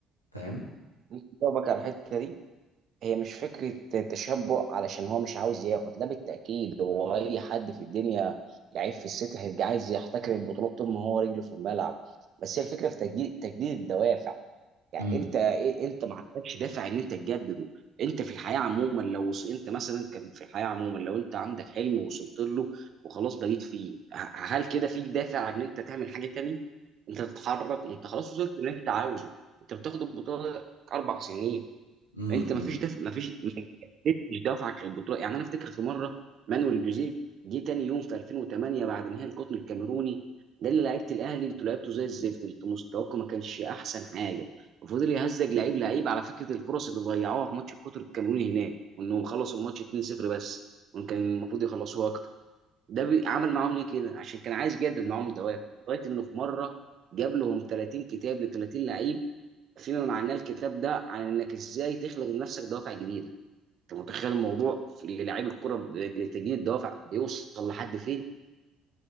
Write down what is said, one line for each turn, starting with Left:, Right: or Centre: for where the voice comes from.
Left: فاهم
Right: ممكن اجاوبك على الحته دي هي مش فكرة تشبع علشان هو مش عاوز ياخد لا بالتأكيد هو أي حد في الدنيا لعيب في السيتي هيبقى عايز يحتكر البطولات طول ما هو رجله في الملعب بس هي الفكرة في تجديد تجديد الدوافع يعني
Left: امم
Right: أنت إيه، أنت ما عندكش دافع إن أنت تجدده أنت في الحياة عموما لو وص- أنت مثلا كان في الحياة عموما لو أنت عندك حلم ووصلت له وخلاص بقيت فيه ه- هل كده فيك دافع إن أنت تعمل حاجة تانية؟ أنت تتحرك أنت خلاص وصلت اللي أنت عاوزه أنت بتاخد البطولة أربع سنين
Left: امم
Right: انت ما فيش دفع ما فيش ما جددتش دفعك للبطوله يعني انا افتكر في مره مانويل جوزيه جه تاني يوم في 2008 بعد نهائي القطن الكاميروني ده اللي لعيبه الاهلي انتوا لعبتوا زي الزفت انتوا مستواكم ما كانش احسن حاجه وفضل يهزج لعيب لعيب على فكره الفرص اللي ضيعوها في ماتش القطر الكاميروني هناك وانهم خلصوا الماتش 2-0 بس وان كان المفروض يخلصوها اكتر ده بي- عمل معاهم ليه كده عشان كان عايز يجدد معاهم الدوافع لغايه انه في مره جاب لهم 30 كتاب ل 30 لعيب فيما معناه الكتاب ده عن انك ازاي تخلق لنفسك دوافع جديده انت متخيل الموضوع في للاعيب الكره ب- لتجديد دوافع بيوصل لحد فين